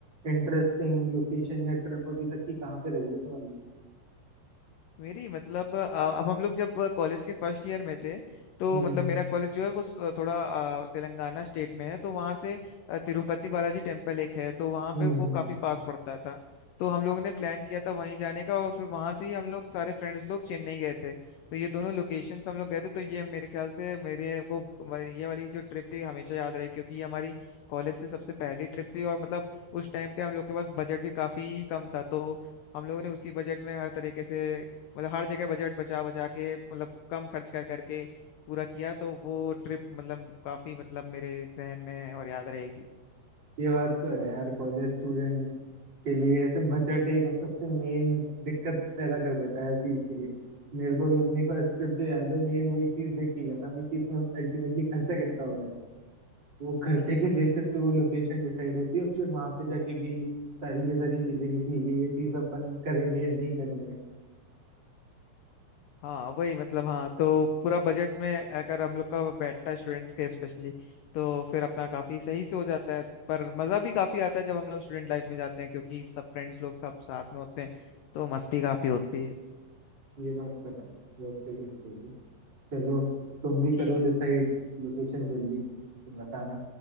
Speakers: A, on the right; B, on the left.
A: इंटरेस्टिंग लोकेशन या ट्रिप अभी तक की कहाँ पे रही है तुम्हारी
B: मेरी मतलब अ, अब हम लोग जब कॉलेज के फर्स्ट ईयर में थे तो
A: हम्म
B: मतलब मेरा कॉलेज जो है वो स- थोड़ा अ, तेलंगाना स्टेट में है तो वहाँ से अ, तिरुपति बालाजी टेम्पल एक है तो वहाँ
A: हम्म
B: पे वो
A: हम्म।
B: काफी पास पड़ता था तो हम लोगों ने प्लान किया था वहीं जाने का और फिर वहां से ही हम लोग सारे फ्रेंड्स लोग चेन्नई गए थे तो ये दोनों लोकेशंस हम लोग गए थे तो ये मेरे ख्याल से मेरे को म- ये वाली जो ट्रिप थी हमेशा याद रहे क्योंकि ये हमारी कॉलेज से सबसे पहली ट्रिप थी और मतलब उस टाइम पे हम लोग के पास बजट भी काफी कम था तो हम लोगों ने उसी बजट में हर तरीके से मतलब हर जगह बजट बचा बचा के मतलब कम खर्च कर करके पूरा किया तो वो ट्रिप मतलब काफी मतलब मेरे जहन में है और याद रहेगी
A: ये बात तो है यार कॉलेज स्टूडेंट्स के लिए ऐसे बजट एक सबसे मेन दिक्कत पैदा कर देता है हर चीज के लिए मेरे को भी अपनी फर्स्ट ट्रिप जो याद है मेन वही चीज देख के गया था मैं कि इसमें अल्टीमेटली खर्चा कितना हो रहा है वो खर्चे
B: हम्म
A: के
B: हम्म,
A: बेसिस पे वो लोकेशन डिसाइड होती है फिर वहां पे जाके भी सारी की सारी चीजें की ठीक है ये चीज अपन करेंगे या नहीं करेंगे
B: हाँ वही मतलब हाँ तो पूरा बजट में अगर हम लोग का बैठता है स्टूडेंट्स के स्पेशली तो फिर अपना काफी सही से हो जाता है पर मजा भी काफी आता है जब हम लोग स्टूडेंट लाइफ में जाते हैं क्योंकि सब फ्रेंड्स लोग सब साथ में होते हैं तो मस्ती काफी होती है
A: ये बात तो है बहुत सही बात है ये। चलो तुम भी
B: ठीक
A: करो डिसाइड लोकेशन जल्दी फिर बताना